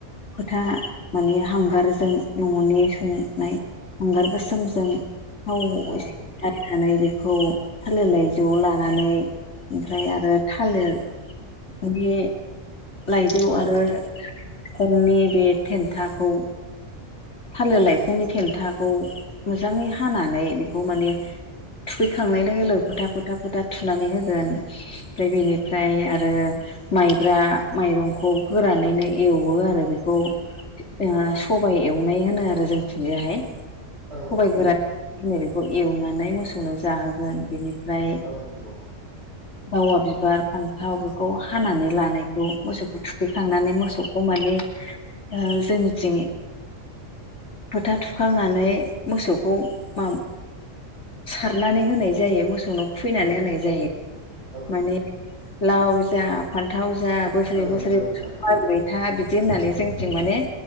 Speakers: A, on the left; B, on the right.
A: फोथा माने हांगारजों न'नि संनाय हांगार गोसोमजों थाव
B: औ
A: एसे लागायनानै बेखौ थालिर लाइजौआव लानानै ओमफ्राय आरो थालेरनि लाइजौ
B: औ
A: आरो
B: नंगौ
A: <unintelligible> बे थेन्थाखौ थालेर लाइखंनि थेन्थाखौ मोजाङै हानानै बेखौ माने थुखैखांनाय लोगो लोगो फोथा फोथा फोथा थुनानै होगोन ओमफ्राय बेनिफ्राय आरो माइब्रा माइरंखौ गोरानैनो एवो आरो बेखौ ओ सबाइ एवनाय होनो आरो जोंनिथिंजायहाय
B: औ
A: सबाइ
B: औ
A: गोरान। होनो बेखौ एवनानै मोसौनो जाहोगोन बेनिफ्राय
B: औ नंगौ
A: दावा बिबार फान्थाव बेखौ हानानै लानायखौ मोसौखौ थुखैखांनानै मोसौखौ माने ओ जोंनिथिं फोथा थुखांनानै मोसौखौ मा सारनानै होनाय जायो मोसौनाव खुइनानै
B: औ औ
A: होनाय जायो
B: औ
A: माने लाव जा फान्थाव जा बोसोरे
B: औ
A: बोसोरे
B: नंगौ नोंथां
A: <inaudible> था बिदि होननानै जोंनिथिं माने